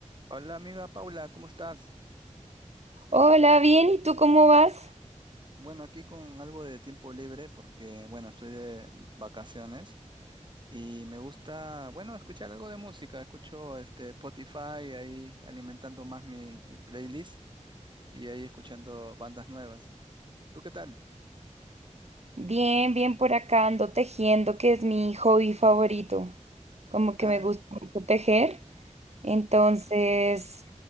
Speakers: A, on the right; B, on the right.
A: Hola amiga Paula, ¿cómo estás?
B: Hola, bien, ¿y tú cómo vas?
A: Bueno, aquí con algo de tiempo libre porque, bueno, estoy de vacaciones y me gusta, bueno, escuchar algo de música. Escucho este Spotify ahí alimentando más mi, mi playlist y ahí escuchando bandas nuevas. ¿Tú qué tal?
B: Bien, bien por acá ando tejiendo, que es mi hobby favorito. Como
A: Ah,
B: que me gusta mucho tejer. Entonces,